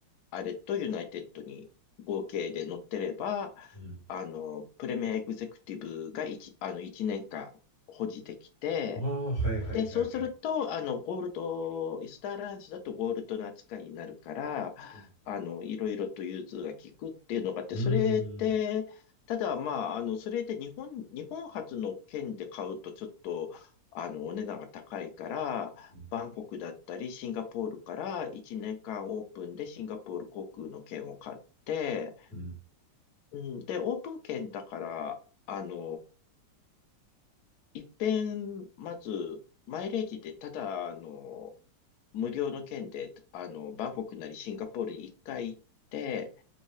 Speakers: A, on the left; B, on the left.
A: あれとユナイテッドに合計で乗ってれば、
B: うん。
A: あの、プレミアエグゼクティブが1、あの、1年間保持できて、
B: ああ、はいはいはいはい。
A: で、そうすると、あの、ゴールド、イスターアライアンスだとゴールドの扱いになるから、
B: うん。
A: あの、いろいろと融通が利くっていうのがあって、
B: うん。
A: それでただ、まあ、あの、それで日本、日本発の券で買うとちょっと、あの、お値段が高いから、
B: うん。
A: バンコクだったり、シンガポールから1年間オープンでシンガポール航空の券を買って、
B: うん。
A: うん、で、オープン券だから、あの一遍、まず、マイレージでただ、あの、無料の券で、あの、バンコクなりシンガポールに一回行って、